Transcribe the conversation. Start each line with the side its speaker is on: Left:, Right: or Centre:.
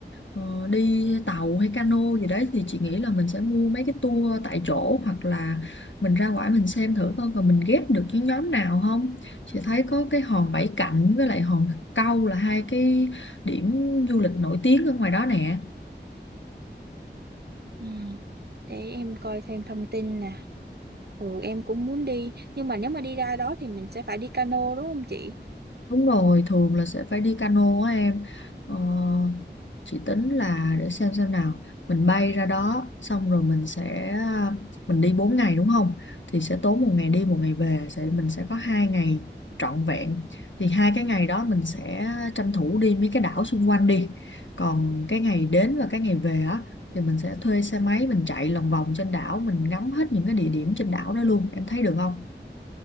Left: ờ, đi tàu hay cano gì đấy thì chị nghĩ là mình sẽ mua mấy cái tour tại chỗ hoặc là mình ra ngoài mình xem thử coi còn mình ghép được với nhóm nào không. Chị thấy có cái hòn Bảy Cạnh với lại hòn Câu là hai cái điểm du lịch nổi tiếng ở ngoài đó nè.
Right: Ừ. Để em coi thêm thông tin nè. Ừ em cũng muốn đi nhưng mà nếu mà đi ra đó thì mình sẽ phải đi cano đúng không chị?
Left: Đúng rồi, thường là sẽ phải đi cano á em. Ờ, chị tính là để xem xem nào, mình bay ra đó xong rồi mình sẽ mình đi 4 ngày đúng không? Thì sẽ tốn một ngày đi một ngày về, sẽ mình sẽ có hai ngày trọn vẹn. Thì hai cái ngày đó mình sẽ tranh thủ đi mấy cái đảo xung quanh đi. Còn cái ngày đến và cái ngày về á thì mình sẽ thuê xe máy mình chạy lòng vòng trên đảo, mình ngắm hết những cái địa điểm trên đảo đó luôn. Em thấy được không?